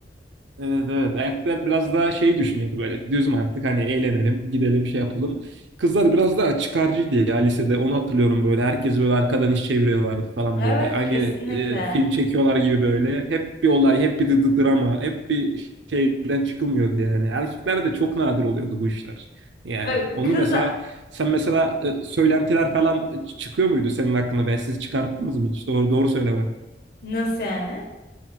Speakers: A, on the right; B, on the left.
A: Evet evet. Erkekler biraz daha şey düşünüyordu böyle. Düz mantık hani eğlenelim, gidelim şey yapalım. Kızlar biraz daha çıkarcıydı ya lisede. Onu hatırlıyorum böyle. Herkes böyle arkadan iş çeviriyorlardı falan
B: Evet
A: böyle. Aynı
B: kesinlikle.
A: e, film çekiyorlar gibi böyle. Hep bir olay, hep bir dı- dı- drama, hep bir şeyden çıkılmıyordu yani. Erkeklerde çok nadir oluyordu bu işler. Yani
B: Bak
A: onu
B: kız
A: mesela sen mesela e, söylentiler falan çıkıyor muydu senin hakkında? Ben siz çıkarttınız mı hiç? Doğru doğru söyle
B: Nasıl yani?